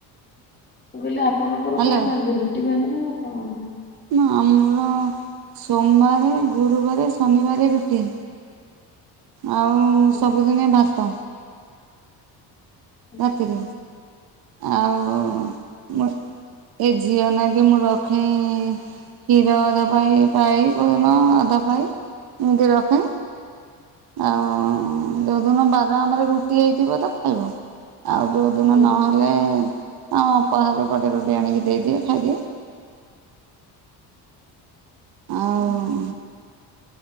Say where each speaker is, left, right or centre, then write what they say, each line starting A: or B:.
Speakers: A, on the left; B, on the right.
A: ମୁଁ କହିଲି ଆପଣଙ୍କର
B: ହ୍ୟାଲୋ
A: କଣ ଖାନ୍ତି ରୁଟି ଖାଆନ୍ତି ନା ଆପଣ ଖାଆନ୍ତି।
B: ନା ଆମର ସୋମବାର ଗୁରୁବାର ଶନିବାର ରୁଟି। ଆଉ
A: ଆଜ୍ଞା
B: ସବୁଦିନେ ଭାତ।
A: ଆଚ୍ଛା
B: ରାତିରେ ଆଉ
A: ହୁଁ,
B: ମୁଁ ଏ ଝିଅ ନା କିି ମୁଁ ରଖେ କ୍ଷୀର ଅଧା ପା ପାଈ ପ ଆଧା ପାଈ ନି ରଖେ। ଆଉ ଯଉଦିନ ବାର ଆମର ରୁଟି ହେଇଥିବ ତ ଖାଇବ। ଆଉ ଯେଉଁଦିନ
A: ହଁ
B: ନହେଲେ ଆମ ଉପହାରୁ ପଟେ ରୁଟି ଆଣିକି ଦେଇଦିଏ ଖାଇଦିଏ।
A: ଆଚ୍ଛା।
B: ଆଉ